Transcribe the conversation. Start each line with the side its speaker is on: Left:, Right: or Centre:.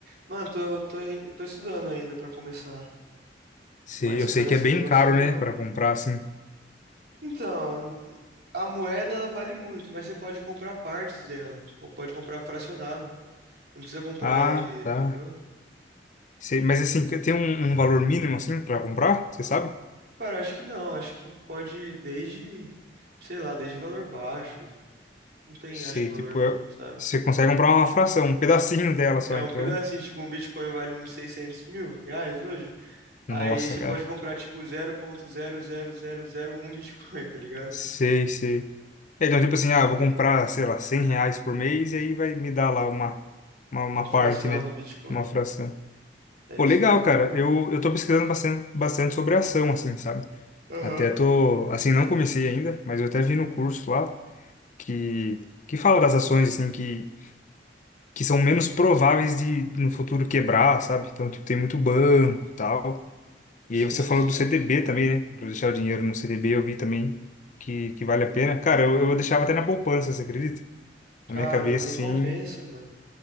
Right: Mano, tô, tô, em- tô estudando ainda pra começar.
Left: Sei,
Right: Mas
Left: eu
Right: parece
Left: sei que é bem
Right: um negócio
Left: caro,
Right: legal.
Left: né, para comprar, assim.
Right: Então. A moeda ela vale muito, mas você pode comprar partes dela, ou pode comprar fracionado, não precisa comprar
Left: Ah,
Right: ela inteira,
Left: tá.
Right: entendeu?
Left: Sei, mas assim, tem um, um valor mínimo, assim, para comprar? Você sabe?
Right: Cara, acho que não, acho que pode ir desde, sei lá, desde valor baixo, não tem
Left: Sei,
Right: acho que valor
Left: tipo,
Right: mínimo,
Left: é-
Right: sabe?
Left: você consegue comprar uma fração, um pedacinho dela só,
Right: É um
Left: então.
Right: pedacinho, tipo um Bitcoin vale uns seiscentos mil reais hoje, aí
Left: Nossa,
Right: você
Left: cara.
Right: pode comprar tipo zero vírgula zero zero zero zero um Bitcoin, tá ligado?
Left: Sei, sei. É, Então, tipo assim, ah, vou comprar, sei lá, 100 reais por mês e aí vai me dar lá uma, uma, uma
Right: Uma fração
Left: parte, né?
Right: do Bitcoin,
Left: Uma fração.
Right: é
Left: Pô,
Right: isso
Left: legal,
Right: mesmo.
Left: cara. Eu, eu tô pesquisando bastante, bastante sobre ação, assim, sabe?
Right: Aham.
Left: Até tô, assim, não comecei ainda, mas eu até vi no curso lá que, que fala das ações, assim, que, que são menos prováveis de no futuro quebrar, sabe? Então, tipo, tem muito banco, tal. E
Right: Sim,
Left: aí você falou
Right: sim.
Left: do CDB também, né? Pra deixar o dinheiro no CDB, eu vi também que, que vale a pena. Cara, eu, eu deixava até na poupança, você acredita? Na
Right: Cara,
Left: minha cabeça,
Right: nem
Left: assim.
Right: compensa, mano.